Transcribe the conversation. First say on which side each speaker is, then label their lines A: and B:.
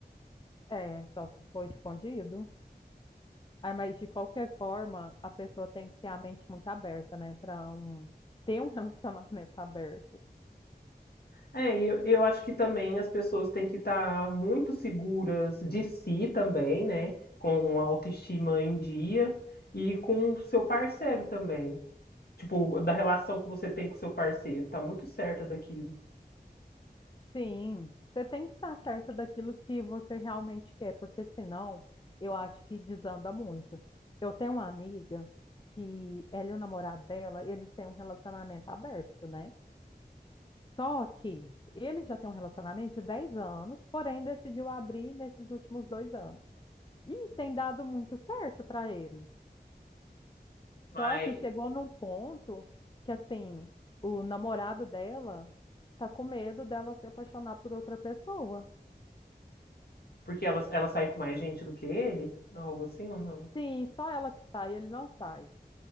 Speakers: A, on the left (about 30°); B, on the left (about 70°).
A: É, só que foi escondido. Aí, mas de qualquer forma, a pessoa tem que ter a mente muito aberta, né, para um, ter um <laughs> relacionamento aberto.
B: É, e eu, eu acho que também as pessoas têm que estar muito seguras de si também, né, com uma autoestima em dia e com o seu parceiro também. Tipo, da relação que você tem com o seu parceiro, tá muito certa daquilo.
A: Sim, você tem que estar certa daquilo que você realmente quer, porque senão eu acho que desanda muito. Eu tenho uma amiga que ela e o namorado dela, eles têm um relacionamento aberto, né? Só que ele já tem um relacionamento de 10 anos, porém decidiu abrir nesses últimos dois anos. E tem dado muito certo para eles.
B: mas
A: Só que chegou num ponto que, assim, o namorado dela tá com medo dela se apaixonar por outra pessoa.
B: Porque ela, ela sai com mais gente do que ele? Algo assim ou não?
A: Sim, só ela que sai, ele não sai.